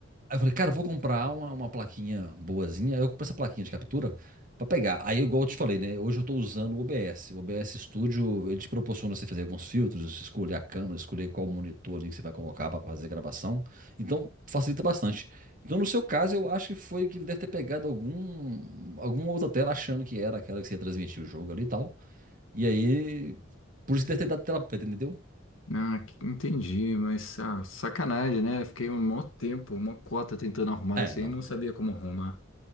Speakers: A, on the right; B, on the left.
A: aí eu falei, cara, eu vou comprar uma, uma plaquinha boazinha. Aí eu comprei essa plaquinha de captura pra pegar. Aí, igual eu te falei, né? Hoje eu tô usando o OBS. O OBS Studio, ele te proporciona você fazer alguns filtros, escolher a câmera, escolher qual monitor ali que você vai colocar pra fazer a gravação. Então, facilita bastante. Então, no seu caso, eu acho que foi que ele deve ter pegado algum, alguma outra tela achando que era aquela que você ia transmitir o jogo ali e tal. E aí, por isso deve ter dado tela preta, entendeu?
B: Ah, que- entendi, mas ah, sacanagem, né? Fiquei um mó tempo, uma cota tentando arrumar
A: É,
B: isso
A: não.
B: aí, não sabia como arrumar.